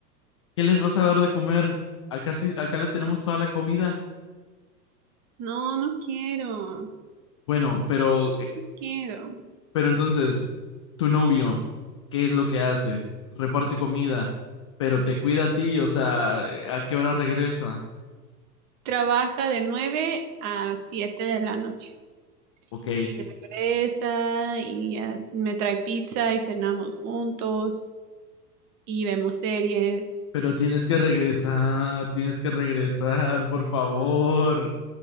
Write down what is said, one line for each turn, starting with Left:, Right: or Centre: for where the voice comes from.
Left: ¿Qué les vas a dar de comer? Acá sí, acá le tenemos toda la comida.
Right: No, no quiero, no
Left: Bueno, pero eh,
Right: quiero.
Left: Pero entonces, tu novio, ¿qué es lo que hace? Reparte comida, pero te cuida a ti, o sea, ¿a qué hora regresa?
Right: Trabaja de 9 a 7 de la noche.
Left: Ok,
Right: Y regresa y ya me trae pizza y cenamos juntos y vemos series.
Left: pero tienes que regresar, tienes que regresar, por favor,